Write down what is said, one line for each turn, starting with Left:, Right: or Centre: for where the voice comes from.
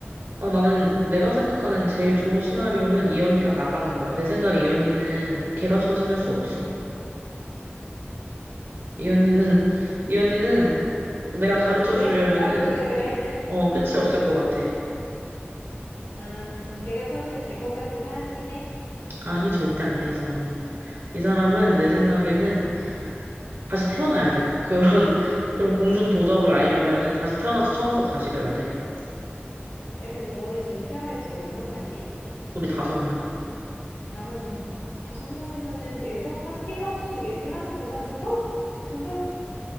Right: 아, 나는 내가 생각하는 제일 좋은 시나리오는 이 언니가 나가는 거야. 내 생각에 이 언니는 걔가 천선할 수 없어. 이 언니는, 이 언니는 내가 가르쳐
Left: 그래
Right: 주려면은
Left: 딱 보니까 그래
Right: 끝, 어, 끝이 없을 것 같아.
Left: <laughs> 아 걔가 천선이 될 것 같은 사람이긴 해
Right: 아니, 절대 안 돼, 이 사람은. 이 사람은
Left: 아...
Right: 내 생각에는 다시 태어나야 돼. 그런, <laughs> 그런 공중 도덕을 알려면은 다시 태어나서 처음부터 다시 배워야 돼.
Left: 야, 근데 너네 지금 쉐어하우스 몇 명 살지?
Right: 우리 다섯 명.
Left: 다섯 명. 다섯 명이면은 네 명 힘 합쳐서 얘기하면 그 사람 들어, 들어줘야